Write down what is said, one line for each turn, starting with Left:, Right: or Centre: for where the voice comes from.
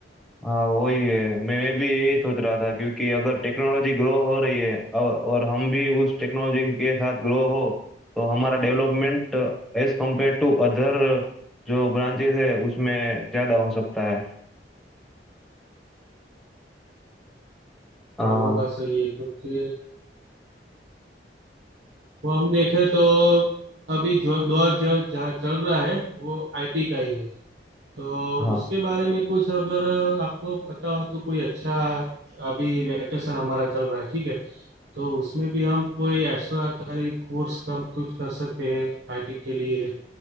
Centre: हाँ वही है मैं मैं भी यही सोच रहा था क्योंकि अगर टेक्नोलॉजी ग्रो हो रही है अब और हम भी उस टेक्नोलॉजी के साथ ग्रो हो तो हमारा development as compare to other जो ब्रांचेस है उसमें ज़्यादा हो सकता है हाँ
Right: हाँ वो बात सही है क्योंकि वो हम देखें तो अभी जो दौर जो जहाँ चल रहा है वो आईटी का ही है तो
Centre: हाँ।
Right: उसके बारे में कुछ अगर आपको पता हो तो कोई अच्छा अभी वैकेशन हमारा चल रहा है ठीक है तो उसमें भी हम कोई एक्स्ट्रा करी कोर्स कम कुछ कर सकते हैं आईटी के लिए